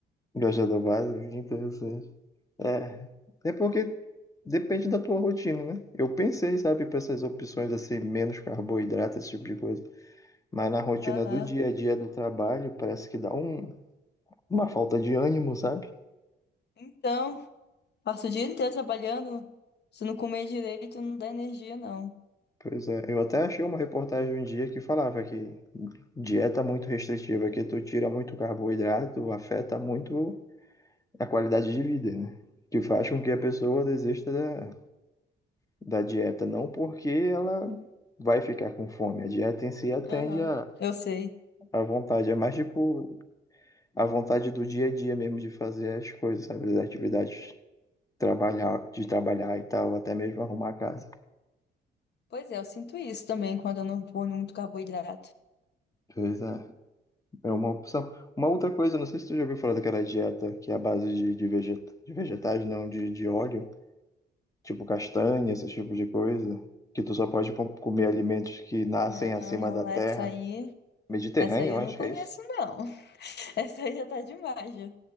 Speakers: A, on the left; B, on the left.
A: Gosta do básico? Que interessante. É, é porque depende da tua rotina, né? Eu pensei, sabe, para essas opções assim, menos carboidrato, esse tipo de coisa. Mas na rotina
B: Aham.
A: do dia a dia do trabalho, parece que dá um, uma falta de ânimo, sabe?
B: Então, passo o dia inteiro trabalhando. Se não comer direito, não dá energia, não.
A: Pois é, eu até achei uma reportagem um dia que falava que dieta muito restritiva, que tu tira muito carboidrato, afeta muito a qualidade de vida, né? Que faz com que a pessoa desista da, da dieta, não porque ela vai ficar com fome. A dieta em si atende
B: Aham.
A: à
B: Eu sei.
A: à vontade, é mais tipo a vontade do dia a dia mesmo de fazer as coisas, sabe? As atividades, trabalhar, de trabalhar e tal, até mesmo arrumar a casa.
B: Pois é, eu sinto isso também quando eu não vou muito carboidrato.
A: Pois é, é uma opção. Uma outra coisa, não sei se tu já ouviu falar daquela dieta que é a base de, de, vegeta, de vegetais, não, de, de óleo, tipo castanha, esse tipo de coisa, que tu só pode com- comer alimentos que nascem
B: Não,
A: acima
B: não,
A: da terra.
B: essa aí,
A: Mediterrânea,
B: essa aí
A: eu
B: eu
A: acho
B: não conheço,
A: que é isso.
B: não. <laughs> Essa aí já tá demais, já.